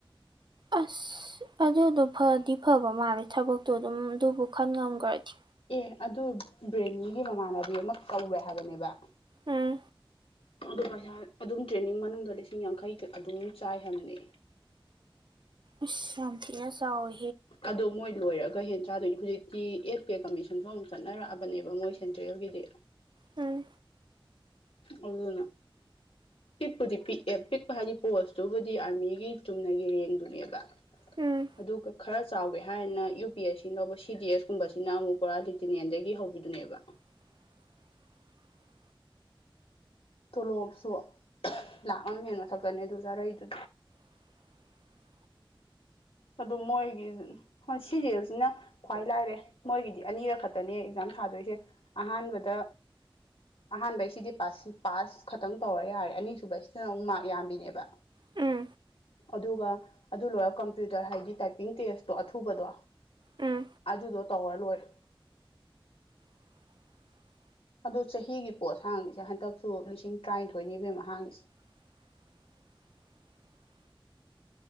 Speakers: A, on the right; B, on the left.
A: ꯑꯥꯁ ꯑꯗꯨꯗꯣ ꯐꯗꯤ-ꯐꯕ ꯃꯥꯜꯂꯦ ꯊꯕꯛꯇꯣ ꯑꯗꯨꯝ ꯑꯗꯨꯕꯨ ꯈꯟꯉꯝꯒ꯭ꯔꯗꯤ
B: ꯑꯦ ꯑꯗꯨ ꯕ꯭ꯔꯦꯟꯂꯤꯒꯤ ꯃꯃꯥꯟꯅꯕꯤ ꯑꯃ ꯀꯧꯋꯦ ꯍꯥꯏꯕꯅꯦꯕ
A: ꯎꯝ
B: ꯑꯗꯣ ꯄꯩꯁꯥ ꯑꯗꯨꯝ ꯇ꯭ꯔꯦꯟꯅꯤꯡ ꯃꯅꯨꯡꯗ ꯂꯤꯁꯤꯡ ꯌꯥꯡꯈꯩ ꯀꯥ ꯑꯗꯨꯝ ꯆꯥꯌ ꯍꯥꯏꯕꯅꯦ
A: ꯏꯁ ꯌꯥꯝ ꯊꯤꯅꯥꯆꯥꯎꯋꯦ
B: ꯑꯗꯣꯃꯣꯏ ꯂꯣꯏꯔꯒ ꯍꯦꯟꯅ ꯆꯥꯗꯣꯏꯅꯤ ꯍꯧꯖꯤꯛꯇꯤ ꯑꯦꯠ ꯄꯦ ꯀꯃꯤꯁꯟꯗꯨ ꯑꯃꯨꯛ ꯆꯠꯅꯔꯛꯑꯕꯅꯦꯕ ꯃꯣꯏ ꯁꯦꯟꯇ꯭ꯔꯦꯜꯒꯤꯗꯤ
A: ꯎꯝ
B: ꯑꯣꯗꯨꯅ ꯄꯤꯛꯄꯨꯗꯤ-ꯄꯤꯛꯑꯦ ꯄꯤꯛꯄ ꯍꯥꯏꯗꯤ ꯄꯣꯁꯇꯨꯕꯨꯗꯤ ꯑꯥꯔꯃꯤꯒꯤ ꯆꯨꯝꯅꯒꯤꯔꯦꯡꯗꯨꯅꯦꯕ
A: ꯎꯝ
B: ꯑꯥꯗꯨꯒ ꯈꯔ ꯆꯥꯎꯒꯦ ꯍꯥꯏꯅ ꯌꯨ ꯄꯤ ꯑꯦꯁ ꯁꯤꯅ ꯂꯧꯕ ꯁꯤ ꯗꯤ ꯑꯦꯁ ꯀꯨꯝꯕꯁꯤꯅ ꯑꯃꯨꯛ ꯀꯣꯔꯥ ꯇꯤꯗꯤꯅꯤꯜꯗꯒꯤ ꯍꯧꯕꯤꯗꯨꯅꯦꯕ
A: INAUDIBLE
B: ꯇꯣ ꯂꯣꯞꯁꯨ ꯂꯥꯛꯑꯝ ꯍꯦꯟ ꯃꯊꯛꯇꯅꯦ ꯑꯗꯨ ꯆꯥꯔꯥꯛꯢꯗꯨ
A: INAUDIBLE
B: ꯑꯗꯨ ꯃꯣꯏꯒꯤ ꯍꯣꯌ ꯁꯤ ꯗꯤ ꯑꯦꯁꯁꯤꯅ ꯈ꯭ꯋꯥꯏ ꯂꯥꯏꯔꯦ ꯃꯣꯏꯒꯤꯗꯤ ꯑꯅꯤꯔꯛ ꯈꯛꯇꯅꯦ ꯑꯦꯛꯖꯥꯝ ꯊꯥꯗꯣꯏꯖꯦ ꯑꯍꯥꯟꯕꯗ ꯑꯍꯥꯟꯕꯩꯁꯤꯗꯤꯥ ꯄꯥꯁꯤꯡ ꯄꯥꯁ ꯄꯥꯁꯈꯛꯇꯪ ꯇꯧꯔ ꯌꯥꯔꯦ ꯑꯅꯤꯁꯨꯕꯩꯁꯤꯗꯅ ꯑꯃꯨꯛ ꯃꯥꯔꯛ ꯌꯥꯝꯕꯤꯅꯦꯕ
A: INAUDIBLE
B: ꯑꯗꯨꯒꯥ ꯑꯗꯨ ꯂꯣꯏꯔꯒ ꯀꯝꯄ꯭ꯌꯨꯇꯔ ꯍꯥꯏꯗꯤ ꯇꯥꯏꯄꯤꯡꯇꯦꯁꯇꯣ ꯑꯊꯨꯕꯗꯣ
A: ꯎꯝ
B: ꯑꯥꯗꯨꯗꯣ ꯇꯧꯔꯂꯣꯏꯔꯦ
A: <unintelligible>
B: ꯑꯗꯣ ꯆꯍꯤꯒꯤ ꯄꯣꯠ ꯍꯥꯡꯉꯤꯁꯦ ꯍꯟꯗꯛꯁꯨ ꯂꯤꯁꯤꯡ ꯇꯔꯥꯅꯤꯊꯣꯏꯅꯤ ꯢꯕꯦꯝꯃ ꯍꯥꯡꯉꯤꯁꯦ
A: <unintelligible>